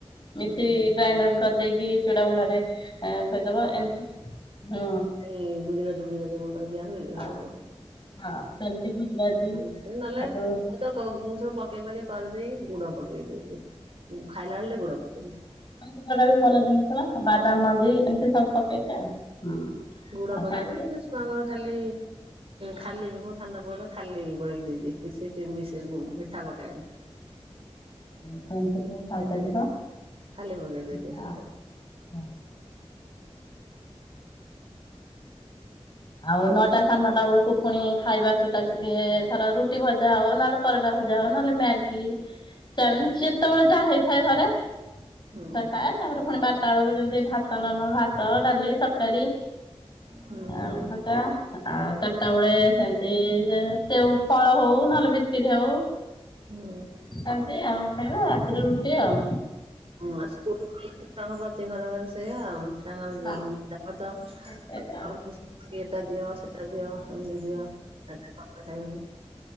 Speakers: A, on the left; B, on the right.
A: ମିଶ୍ରି
B: ହୁଁ।
A: ଗ୍ରାଇଣ୍ଡର କରିଦେଇକି ଚୁଡ଼ାଗୁଣ୍ଡରେ ଅଁ ଖଇଦବ ଏମିତି ହୁଁ।
B: ଏଇ ଗୁଜୁରାତି ଫୁଜୁରାତି ଗୁଣ୍ଡ ଦିଆ ହୁଏ
A: ହଁ
B: <unintelligible>
A: ହଁ ସେମିତି ଗୁଜୁରାତି
B: ହଁ ସେ ନହେଲେ
A: ତାକୁ
B: ମୁଁ ତ ମୁଁ ସବୁ ପକେଇ ପକାଇ କରିଦେଇ ଗୁଡ଼ ପକେଇ ଦେବି। ମୁଁ ଖାଇଲା ବେଳେ ଟିକେ ଗୁଡ଼ ପକେଇବି।
A: ହଁ ଗୁଡ଼ଟାବି ଭଲ ଜିନିଷ ବାଦାମ ମଞ୍ଜି ଏମିତି ସବୁ ପକେଇକି ଆଉ ହୁଁ।
B: ଗୁଡ଼
A: ଆଉ
B: ପକେଇଦିଏ
A: ଖାଆନ୍ତି
B: ପୁସ୍ତାଙ୍ଗ ଖାଲି ଖାଲିବିି ମୋ ସାନ ପୁଅତ ଖାଲି ଗୋଳେଇକି ଦେଇଦିଏ କିଛି ମିଶ୍ରି ମିଠା ପକାଏନି।
A: ସେମିତିବି ଖାଇପାରିବ
B: ଖାଲି ପକେଇ ଦେଇଦିଏ
A: <unintelligible>
B: ଖାଲି ତାକୁ
A: ଆଉ ନଅଟା ସାଢ଼େ ନଅଟା ବେଳକୁ ପୁଣି ଖାଇବାକୁ ତାକୁ ଦିଏ ଥର ରୁଟି ଭ ଯା ହଉ ନହେଲେ ପରଟା ଭଜା ହଉ ନହେଲେ ମ୍ୟାଗି ଚାଉମିିନ୍ ଯେତେବେଳେ ଯାହା ହେଇଥାଏ ଘରେ
B: ହୁଁ
A: ସେଖାଏ ତାପରେ ପୁଣି ବାରଟା ବେଳକୁ ଯେମିତି ଭାତ ନାମ ଭାତ ଡାଲି ତରକାରୀ
B: ହୁଁ।
A: ଆଉ ଭଜା ଆଉ ଚ ଚାରିଟା ବେଳେ ସେମିତି ସେଉ ଫଳ ହଉ ନହେଲେ ବିସ୍କିଟେ ହଉ
B: ହୁଁ
A: ସେମିତି ଆଉ ଖାଇବ ରାତିରେ ରୁଟି ଆଉ।
B: ହଁ ସ୍କୁଲ୍ ଖୁଲିଲେତ ପ୍ରତି ଘର ଘର ସେଇୟା ଆଉ। ତାଙ୍କ
A: ହଁ
B: ଯବରଦସ୍ତ
A: ସେଇଟା ଆଉ।
B: <unintelligible> ଏଟା ଦିଅ ସେଟା ଦିଅ ସେମିତି ଦିଅ <unintelligible>